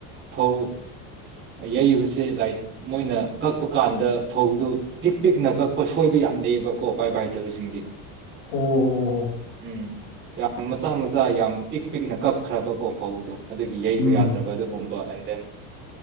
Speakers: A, on the right; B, on the left.
A: ꯐꯧ ꯌꯩꯕꯁꯦ ꯂꯥꯏꯠ ꯃꯣꯏꯅ ꯀꯛꯄ ꯀꯥꯟꯗ ꯐꯧꯗꯨ ꯄꯤꯛ ꯄꯤꯛꯅ ꯀꯛꯄ ꯁꯣꯏꯕ ꯌꯥꯝ ꯂꯩꯌꯦꯕꯀꯣ ꯄꯥꯏꯕ ꯍꯥꯏꯇꯕꯁꯤꯡꯗꯤ
B: ꯑꯣ ꯑꯣ ꯑꯣ
A: ꯎꯝ ꯌ ꯃꯆꯥ ꯃꯆꯥ ꯌꯥꯝ ꯄꯤꯛ ꯄꯤꯛꯅ ꯀꯛꯈ꯭ꯔꯕꯀꯣ ꯐꯧꯗꯣ ꯑꯗꯨꯒꯤ ꯌꯩꯕ
B: ꯎꯝ
A: ꯌꯥꯗ꯭ꯔꯕ ꯑꯗꯨꯒꯨꯝꯕ ꯑꯦꯟ ꯗꯦꯟ